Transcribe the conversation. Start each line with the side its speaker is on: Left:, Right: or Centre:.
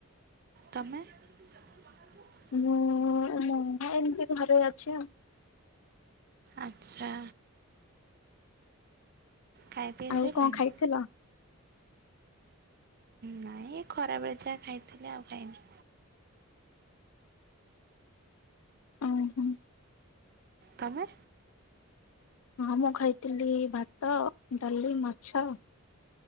Right: ତମେ? <unintelligible>
Left: ମୁଁ ମୁଁ ଏମିତି ଘରେ ଅଛି ଆଉ।
Right: ଆଚ୍ଛା। ଖାଇ ପିଇ
Left: ଆଉ
Right: ସୋଇଲଣି?
Left: କଣ ଖାଇଥିଲ?
Right: ନାଇଁ ଖରା ବେଳେ ଯାହା ଖାଇଥିଲି ଆଉ ଖାଇନି।
Left: ଉଁ ହୁଁ।
Right: ତମେ?
Left: ହଁ ମୁଁ ଖାଇଥିଲି ଭାତ ଡାଲି ମାଛ।